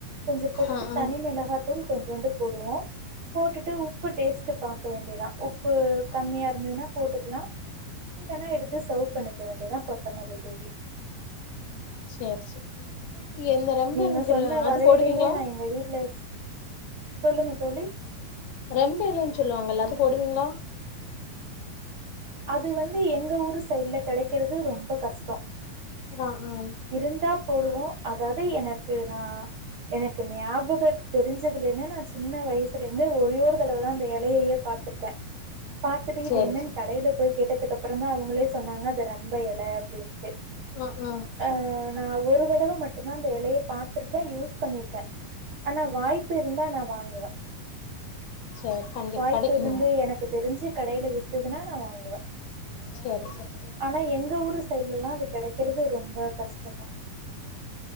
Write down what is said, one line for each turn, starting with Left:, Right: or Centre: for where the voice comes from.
Right: கொஞ்ச போட்டுட்டு
Left: ஆ ஆ
Right: தனி மிளகாய் தூள் கொஞ்யோன்டு போடுவோ போட்டுட்டு உப்பு டேஸ்ட் பாக்கல வேண்டியதா உப்பு கம்மியா இருந்ததுன்னா போட்டுக்கலா இல்லைனா எடுத்து சர்வ் பண்ணிக்க வேண்டியதா கொத்தமல்லி தூவி
Left: சேரி சேரி
Right: அஹ்
Left: எந்த ரெம்பைலன்னு
Right: நீங்க சொன்ன
Left: சொல்லு அது
Right: வகையிலயுமே
Left: போடுவீங்களா
Right: நா எங்க வீட்டுல சொல்லுங்க தோழி
Left: ரெம்ப இலன்னு சொல்லுவாங்கல்ல அது போடுவீங்களா
Right: அது வந்து எங்க ஊரு சைட்ல கிடைக்கிறது ரொம்ப கஷ்ட்டோ
Left: ஆ ஆ
Right: இருந்தா போடுவோ அதாவது எனக்கு நா எனக்கு ஞாபக தெரிஞ்சதுல இருந்து நா சின்ன வயசுல இருந்து ஒரே ஒரு தடவதா அந்த இலயையே பாத்திருக்க பாத்துட்டு இது
Left: சேரி
Right: என்னன்னு
Left: சேரி
Right: உள்ள போய் கேட்டது அப்புறம அவங்களே சொன்னாங்க அத ரம்ப இல அப்டின்ட்டு
Left: ஆ ஆ
Right: அஹ் நா ஒரு தடவை மட்டுதா அந்த இலய பாத்திருக்க யூஸ் பண்ணிருக்க ஆனா வாய்ப்பு இருந்தா நா வாங்குவ
Left: சேரி கண்டிப்பா
Right: வாய்ப்பு
Left: கெடைக்குங்க
Right: இருந்து எனக்கு தெரிஞ்சு கடையில வித்துதுனா நா வாங்குவ வ
Left: சேரி சேரி
Right: ஆனா எங்க ஊரு சைடுலல்லா அது கிடைக்கிறது ரொம்ப கஷ்டதா